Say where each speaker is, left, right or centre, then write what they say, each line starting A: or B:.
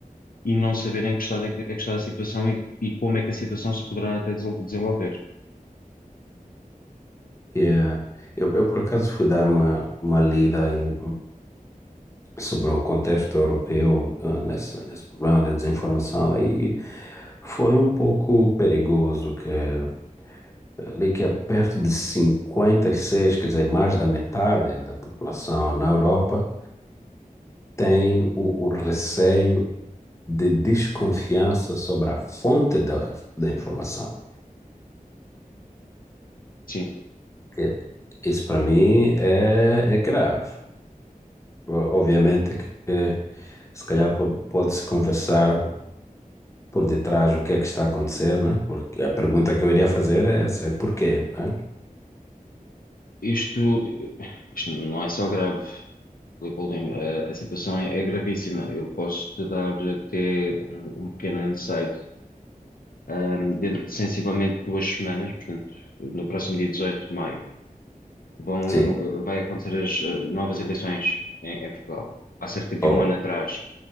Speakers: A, on the left; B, on the left.
A: e não saberem que estado é que é que está a situação e, e como é que a situação se poderá até desol- desenvolver.
B: E, eh, eu, eu, por acaso, fui dar uma, uma lida aí sobre o contexto europeu, eh, nessa, nesse problema da desinformação, e foi um pouco perigoso, que eh, ali que é perto de 56, quer dizer, mais da metade da população na Europa tem o, o receio de desconfiança sobre a fonte da, da informação.
A: Sim,
B: E- Isso para mim é, é grave. O- Obviamente que que se calhar po- pode-se conversar por detrás o que é que está a acontecer, não é? Porque a pergunta que eu iria fazer é essa, é porquê, não é?
A: Isto, isto não é só grave, Rui Boldrin, A, a situação é, é gravíssima. Eu posso te dar até um, um pequeno insight. Ahm, dentro de sensivelmente duas semanas, portanto, no próximo dia 18 de maio, vão,
B: Sim.
A: eh, vai acontecer as eh, novas eleições em, em Portugal. Há cerca de
B: Ou,
A: um ano atrás,